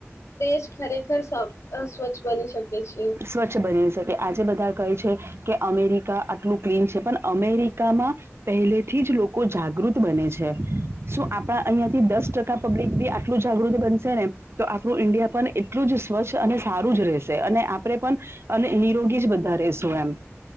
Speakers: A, on the left (about 75°); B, on the right (about 60°).
A: દેશ ખરેખર સ્વચ્છ બની શકે છે.
B: સ્વચ્છ બની રહે છે. એટલે આજે બધા કહે છે. કે અમેરિકા આટલું ક્લીન છે. પણ અમેરિકામાં. પહેલેથી જ લોકો જાગૃત બને છે. શું આપણા અહિયા થી દસ ટકા. પબ્લિક બી આટલું જાગૃત બનશે ને. તો આપણું ઈન્ડિયા પણ એટલું જ સ્વચ્છ અને સારું જ રહેશે અને આ આપણે પણ અને નિરોગી જ બધા રશું એમ.